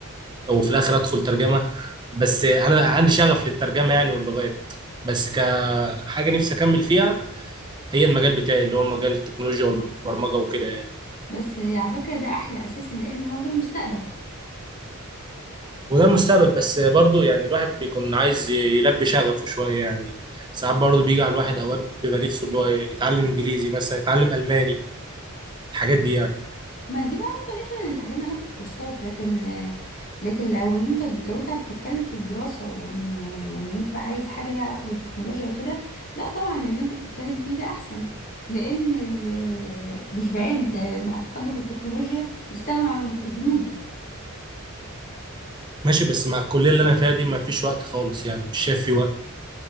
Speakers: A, on the right; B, on the left.
A: وفي الاخر ادخل ترجمه بس انا عندي شغف للترجمه يعني واللغات بس كحاجه نفسي اكمل فيها هي المجال بتاعي اللي هو مجال التكنولوجيا والبرمجه وكده يعني
B: بس آه، على فكرة ده أحلى أساسا لأن هو ده المستقبل
A: وده المستقبل بس برضه يعني الواحد بيكون عايز يلبي شغفه شويه يعني ساعات برضه بيجي على الواحد اوقات بيبقى نفسه اللي هو يتعلم انجليزي مثلا يتعلم الماني الحاجات دي يعني
B: ما دي بقى ممكن احنا نتعلمها ناخد كورسات لكن آه، لكن لو انت لو انت بتتكلم في الدراسة وان وان انت بقى عايز حاجة ليها علاقة بالتكنولوجيا وكده لا طبعا اللي انت بتتكلم فيه ده أحسن لأن ال- مش بعيد آه، مع تقدم التكنولوجيا يستغنى عن المترجمين <laughs>
A: ماشي بس مع الكليه اللي انا فيها دي ما فيش وقت خالص يعني مش شايف في وقت